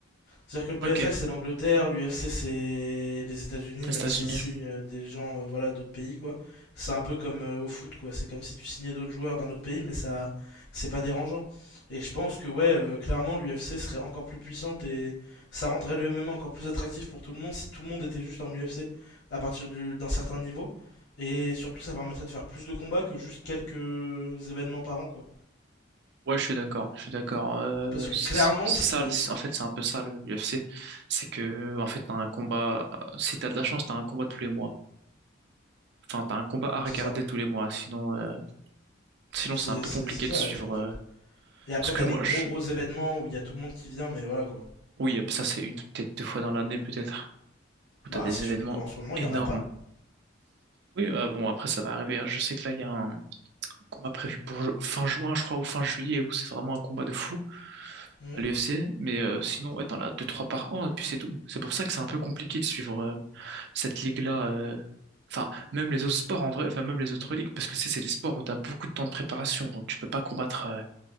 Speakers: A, on the left; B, on the right.
A: C'est-à-dire que le PFL,
B: ok.
A: c'est l'Angleterre, l'UFC, c'est les États-Unis,
B: Les
A: même
B: États-Unis.
A: s'ils signent euh, des gens, euh, voilà, d'autres pays, quoi. C'est un peu comme euh, au foot, quoi. C'est comme si tu signais d'autres joueurs d'un autre pays, mais ça, c'est pas dérangeant. Et je pense que, ouais, euh, clairement, l'UFC serait encore plus puissante et ça rendrait le MMA encore plus attractif pour tout le monde si tout le monde était juste en UFC à partir du- d'un certain niveau. Et surtout, ça permettrait de faire plus de combats que juste quelques événements par an, quoi.
B: Ouais, je suis d'accord. Je suis d'accord. Euh,
A: Parce que
B: c'est
A: clairement,
B: c'est
A: ce
B: ça.
A: qui.
B: c'est- En fait, c'est un peu ça le- l'UFC. C'est que, en fait, t'as un combat. Si t'as de la chance, t'as un combat tous les mois. Enfin, t'as un combat à regarder
A: C'est ça.
B: tous les mois. Sinon, euh, sinon,
A: C'est
B: c'est un peu
A: c'est-
B: compliqué
A: ça,
B: de suivre.
A: et c'est pas top.
B: euh,
A: Et après,
B: ce que
A: t'as
B: moi,
A: les gros
B: je...
A: gros événements où il y a tout le monde qui vient, mais voilà quoi.
B: oui, ça c'est une peut-être deux fois dans l'année, peut-être. où t'as
A: Bah,
B: des
A: c'est
B: événements
A: surtout qu'en ce moment,
B: énormes.
A: il y en a pas.
B: Oui, bah bon, après ça va arriver. hein. Je sais que là, il y a un combat prévu pour ju- fin juin, je crois, ou fin juillet, où c'est vraiment un combat de fou
A: Mhm.
B: à l'UFC. Mais euh, sinon, ouais, t'en as deux, trois par an, et puis c'est tout. C'est pour ça que c'est un peu compliqué de suivre euh, cette ligue-là. euh. Enfin, même les autres sports en vrai, enfin même les autres ligues, parce que c'est c'est des sports où t'as beaucoup de temps de préparation, donc tu peux pas combattre euh,